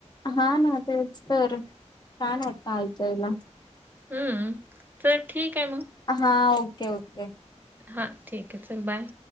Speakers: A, on the left (about 35°); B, on the right (about 15°).
A: हा ना तेचर छान वात आयतयला
B: हम्म चला ठीक आहे मग
A: हा ओके ओके.
B: हां ठीक आहे चर बाय.